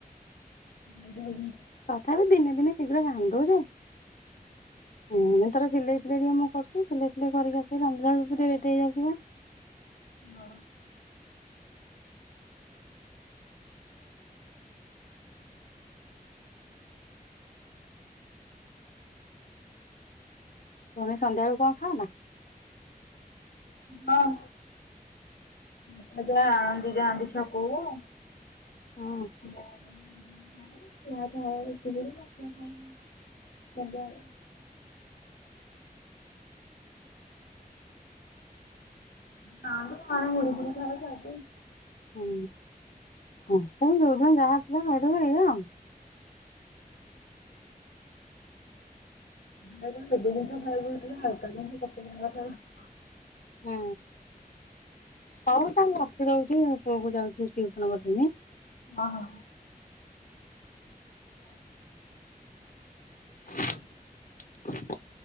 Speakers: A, on the left; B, on the left.
A: ବୁଝି ବୁଝି
B: ତଥାପି ଦିନେ ଦିନେ ଶୀଘ୍ର ରାନ୍ଧୁ ଯେ ହୁଁ ତାର ସିଲେଇ ଫିଲେଇ ଟିକେ ମୁଁ କରୁଚି। ସିଲେଇ ଫିଲେଇ କରିକି ଆସି ରାନ୍ଧିଲା ବେଳକୁ ଲେଟ ହେଇଯାଉଚି ବା।
A: ହଁ।
B: ତମେ ସନ୍ଧ୍ୟା ବେଳକୁ କଣ ଖାଇଲ?
A: ହଁ ବାପା ଯାହା ଆଣନ୍ତି ଯାଆନ୍ତି ଛକକୁ। <inaudible>
B: ହଁ
A: <inaudible> ଉଁ ହୁଁ ନା ମ ଆମେ ମୁଢି ଫୁଡି ଖାଉ ଖାଇଦଉ।
B: ହୁଁ ହଁ ସେ ଯୋଉଦିନ ଯାହା ଥିଲା ଖାଇଦବ ଏଇଆ ଆଉ।
A: ସବୁ ଜିନିଷ ଖାଇବା ବ ହାଲକା ଜିନିଷ <unintelligible>
B: ହୁଁ ହଉ ତାହେଲେ ରଖି ଦଉଚି। ପୁଅକୁ ଯାଉଚି ଟିଉସନ ପଠେଇମି।
A: ଓ ହ ହ। ଓ।
B: ହ <unintelligible>